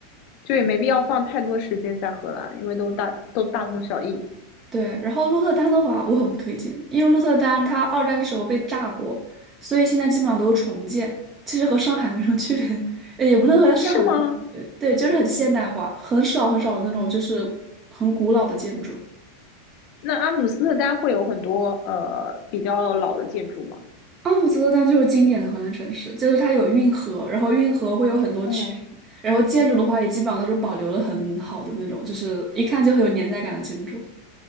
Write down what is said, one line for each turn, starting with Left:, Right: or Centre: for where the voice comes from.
Left: 就也没必要放太多时间在荷兰，因为都大都大同小异，
Right: 对，然后鹿特丹的话，我很不推荐，因为鹿特丹它二战的时候被炸过，所以现在基本上都是重建，其实和上海没什么区别，呃也不能和上海的区别，
Left: 是吗？
Right: 对，就是很现代化，很少很少的那种就是很古老的建筑。
Left: 那阿姆斯特丹会有很多呃比较老的建筑吗？
Right: 阿姆斯特丹就是经典的荷兰城市，就是它有运河，然后运河会有很多群，
Left: 嗯
Right: 然后建筑的话也基本上都是保留了很好的那种，就是一看就很有年代感的建筑。